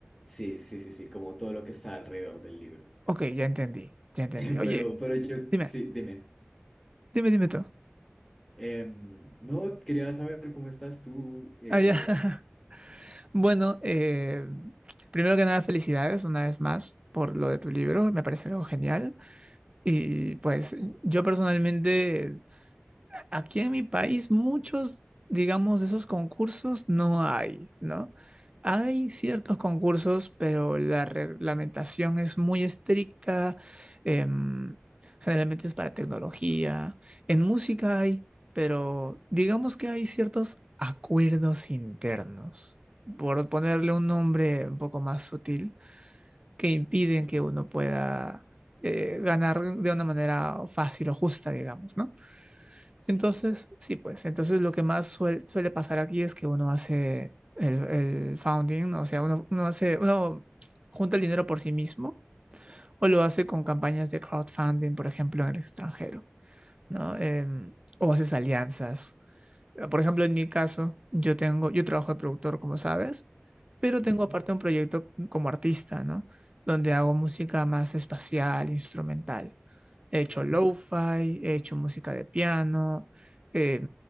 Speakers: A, in the centre; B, on the right (about 25°).
A: Sí, sí, sí, sí, como todo lo que está alrededor del libro.
B: Ok, ya entendí, ya
A: <laughs>
B: entendí. Oye,
A: Pero, pero yo,
B: dime,
A: sí, dime.
B: dime, dime tú.
A: Em, no, quería saber cómo estás tú. eh,
B: Ah, ya. <laughs> Bueno, eh, primero que nada, felicidades una vez más por lo de tu libro. Me parece algo genial. Y pues yo personalmente Aquí en mi país muchos, digamos, de esos concursos no hay, ¿no? Hay ciertos concursos, pero la reglamentación es muy estricta. em, generalmente es para tecnología. En música hay, pero digamos que hay ciertos acuerdos internos, por ponerle un nombre un poco más sutil, que impiden
A: ujú,
B: que uno pueda eh, ganar de una manera fácil o justa, digamos, ¿no?
A: Sí.
B: Entonces, sí, pues, entonces lo que más suel- suele pasar aquí es que uno hace el, el founding, ¿no? o sea, uno, uno hace, uno junta el dinero por sí mismo o lo hace con campañas de crowdfunding, por ejemplo, en el extranjero, ¿no? Em, o haces alianzas. Por ejemplo, en mi caso, yo tengo, yo trabajo de productor, como sabes, pero
A: ujú,
B: tengo aparte un proyecto como artista, ¿no? Donde hago música más espacial, instrumental. He hecho
A: mm,
B: lo-fi, he hecho música de piano. eh,